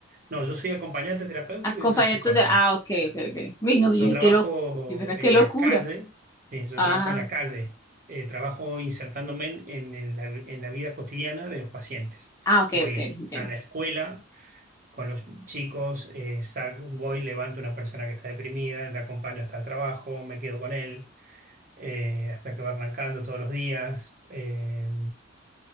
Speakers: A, on the right; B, on the left.
A: No, yo soy acompañante terapéutico
B: acompañantes
A: y soy psicóloga.
B: de Ah, ok, ok, ok. Uy, no,
A: Yo
B: yo, dije,
A: trabajo
B: qué loco
A: en
B: qué locura.
A: la calle, sí, yo
B: Ah,
A: trabajo en la calle, Eh, trabajo insertándome en, en- en la, en la vida cotidiana de los pacientes.
B: ah, ok,
A: Voy
B: ok, entiendo.
A: a, a la escuela con los chicos, eh, sa- voy, levanto a una persona que está deprimida, la acompaño hasta el trabajo, me quedo con él, eh, hasta que va arrancando todos los días. eh,